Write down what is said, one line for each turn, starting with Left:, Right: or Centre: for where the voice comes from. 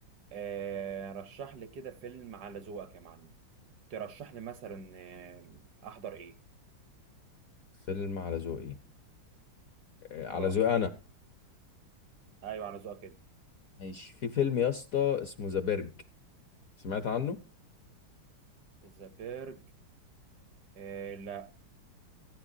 Right: آه، رشح لي كده فيلم على ذوقك يا معلم ترشح لي مثلا آه، أحضر إيه؟
Left: فيلم على ذوقي آه، على
Right: أه
Left: ذوقي انا
Right: أيوه على ذوقك كده
Left: ماشي في فيلم يا اسطى اسمه ذا برج سمعت عنه
Right: ذا بيرج آه لا